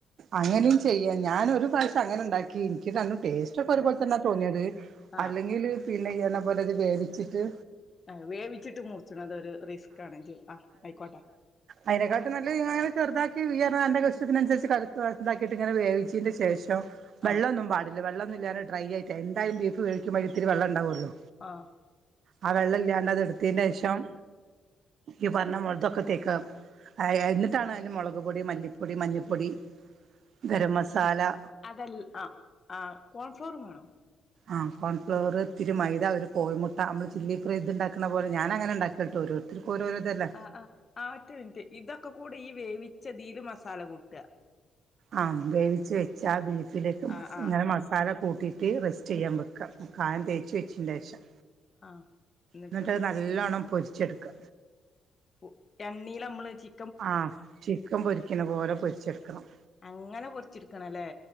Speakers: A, on the right; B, on the left.
A: അങ്ങനിം ചെയ്യ ഞാനൊര് പ്രാവശ്യം അങ്ങനെണ്ടാക്കി ക്കി ഇൻക്ക് രടും ടേസ്റ്റ് ഒക്കെ ഒരുപോെലെ തന്നെ തോന്ന്യത്
B: ആഹ്
A: അല്ലെങ്കില് പിന്നെ ഇയ്യർഞ്ഞ പോലെ വേവിച്ച്ട്ട്
B: ആ വേവിച്ച്ട്ട് മുർച്ച്ണത് ഒരു റിസ്ക്കാണെങ്കി ആ ആയ്ക്കോട്ടെ.
A: അയ്നെക്കാട്ടിം നല്ലേ ഇ യ്യങ്ങനെ ചെർതാക്കി ഇയർന്ന അന്റെലൊ ഇഷ്ടത്തിനൻസര്ച്ച് തെറക്ക് താക്കിട്ട് ഇങ്ങനെ വേവിച്ചേ ന്റെ ശേഷം വെള്ളന്നും
B: ആഹ്
A: പാടി വെള്ളൊന്നുല്ലാതെ ഡ്രൈ ആയിട്ടെ എാന്തായാലും ബീഫ് വേ വിക്കുമ്പോ അയ്ലിത്തിരി വെള്ളണ്ടാവൊല്ലോ.
B: ആഹ്.
A: ആ വെള്ളം ഇല്ല്യാണ്ടത് എട്ത്തേ ന്റെഷം ഈ പറഞ്ഞ മുതൊക്കെ തേക്ക. അത് അത് എന്നിട്ടാണം അറ്റെ മുളക്പൊടി, മല്ലിപ്പൊടി, മഞ്ഞപ്പൊടി ഗരംമസാല.
B: അതല്ല അ അ കോൺഫ്ലവറും വേണോ?
A: ആ കോൺഫ്ലവറ് ഇത്തിരി മൈദ ഒരു കോഴിമുട്ട അമ്മൾ ചില്ലി ഫ്ര ഇത് ഇണ്ടാക്ക്ണ പോലെ ഞാന അങ്ങനെ ഇണ്ടാക്കിട്ടൊരു ത്രക്കോരോഇതല്ലേ.
B: അ ആ ഒറ്റ മിൻറ്റ് ഇതൊക്കെ കൂടി ഈ വേവിച്ചതീല് മസാല കൂട്ടാ.
A: ആ വേവിച്ച് വെച്ച ആ ബീഫിലേക്ക്
B: ആഹ് ആഹ്
A: ഇങ്ങനെ
B: ആഹ്
A: മസാല കൂട്ടീട്ട് റെസ്റ്റെ
B: ഉം
A: യ്യാൻ വെക്ക. കായം തേച്ച് വെച്ചേറ്റേഷം.
B: ആഹ്. എന്നിട്ട്
A: ഇന്നട്ടത് നല്ലോണ്ണം പൊര്ച്ചെട്ക്കാ.
B: ഉ എണ്ണീലമ്മള്ച്ചീ
A: ആ ചിക്കൻ പൊരിക്ക്ണ പോലെ പൊര്ച്ചെട്ക്കണം.
B: അങ്ങനെ പൊര്ച്ചിട്ക്കണല്ലേ.